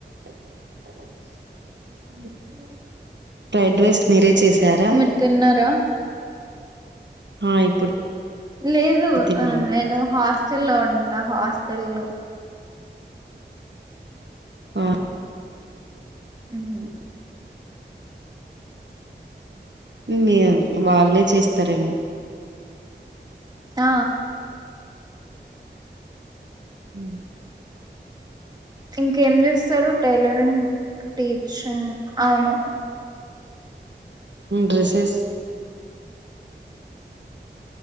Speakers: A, on the right; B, on the right.
A: <inaudible>
B: అ
A: ఫ్రైడ్ రైస్ మీరే చేసారా
B: మరి తిన్నారా
A: ఆ ఇప్పుడు
B: లేదు
A: తిన్నాము
B: నేను హాస్టల్ లో ఉంటా హాస్టల్ లో
A: ఆ
B: ఉమ్మ్
A: మియం వాళ్ళే చేస్తారేమో
B: ఆ
A: మ్
B: ఇంకేం చేస్ తరు టైలరింగ్ టీచింగ్ అవును
A: డ్రెస్సెస్